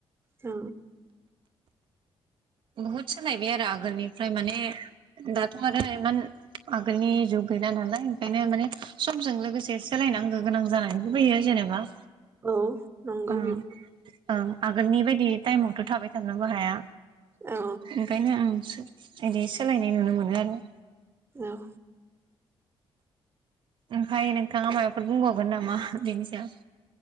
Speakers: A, on the right; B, on the right.
A: औ
B: बहुद सोलायबाय आरो आगोलनिफ्राय माने दाथ आरो इमान आगोलनि जुग गैला नालाय ओंखायनो माने समजों लोगोसे सोलायनांगौ गोनां जानानैबो फैयो जेनेबा
A: औ नंगौ
B: ओं
A: बि
B: ओं आगोलनि बायदि टाइमावथ थाबाय थानोबो हाया
A: औ
B: ओंखायनो आं इदि सोलायनाय नुनो मोनो आरो।
A: औ
B: ओमफाय नोंथाङा मायबाफोर बुंबावगोन नामा बेनि सायाव?